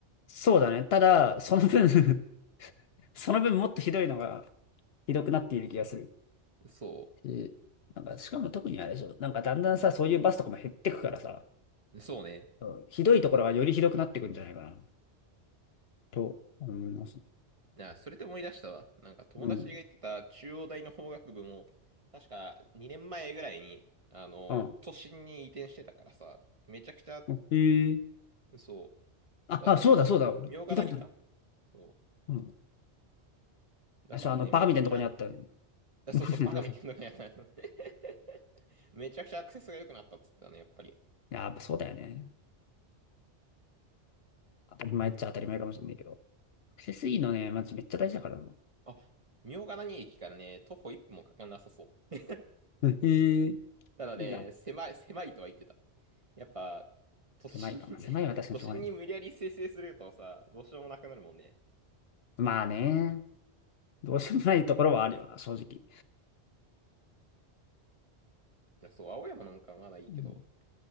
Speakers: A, on the left; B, on the right.
A: そうだね。ただ、その分 <laughs> その分もっとひどいのが、ひどくなっている気がする。
B: そ
A: しなんか、しかも特にあれでしょ。なんかだんだんさ、そういうバスとかも減ってくからさ、
B: う。そうね。
A: うんひどいところがよりひどくなってくんじゃないかな、と思います。
B: あ、それで思い出したわ。なんか友達が言ってた中央大の法学部も、
A: うん。
B: 確か2年前ぐらいに、あの、
A: うん。
B: 都心に移転してたからさ、めちゃくちゃ、
A: うんへえ。
B: そう、こ
A: あ、
B: こだっけな。
A: あ、そうだ、そうだ、俺。
B: 茗ヶ谷か
A: 聞いたことある。
B: そ
A: うん。
B: う。だからね、
A: あそう、あの、バカみたいなとこにあったね。
B: めちゃくちゃ、
A: <laughs>
B: あそうそう、
A: バカみたいなとこにい
B: バカみたいなのがやった。<laughs> めちゃくちゃアクセスが良くなったっつってたね、やっぱり。
A: や、やっぱそうだよね。当たり前っちゃ当たり前かもしれないけど。アクセスいいのね、マジめっちゃ大事だからな。
B: あ、茗ヶ谷駅からね、徒歩1分もかかんなさそう。
A: へえ、い
B: ただね、
A: いじゃん。
B: 狭い、狭いとは言ってた。やっぱ、都心に
A: 狭いか。まあ狭いは確かにしょうがないな。
B: <laughs> 都心に無理やり生成するとさ、どうしようもなくなるもんね。
A: まあね。どうしようもないところはあるよな、正直。
B: そう、青山なんかまだいいけど、
A: うん。